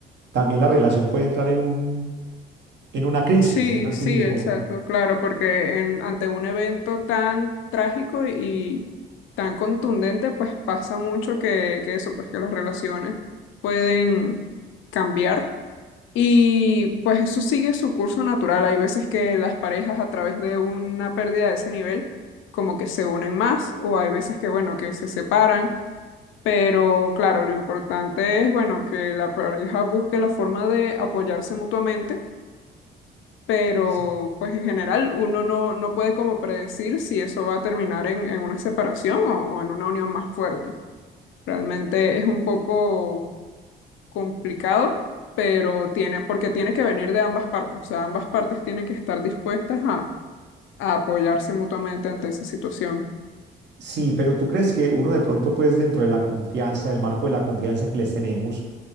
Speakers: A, on the right; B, on the left.
A: también la relación puede entrar en un, en una crisis,
B: sí,
A: en una
B: sí,
A: crisis importante.
B: exacto, claro, porque en, ante un evento tan trágico y y tan contundente, pues pasa mucho que, que eso, pues que las relaciones pueden cambiar Y pues eso sigue su curso natural. Hay veces que las parejas a través de una pérdida de ese nivel como que se unen más o hay veces que, bueno, que se separan. Pero claro, lo importante es, bueno, que la pareja busque la forma de apoyarse mutuamente, pero
A: Sí,
B: pues en general uno no, no puede como predecir si eso va a terminar en, en una separación o o en una unión más fuerte. Realmente es un poco complicado, pero tiene, porque tiene que venir de ambas partes, o sea, ambas partes tienen que estar dispuestas a, a apoyarse mutuamente ante esa situación.
A: sí, pero tú crees que uno de pronto, pues dentro de la confianza, del marco de la confianza que les tenemos,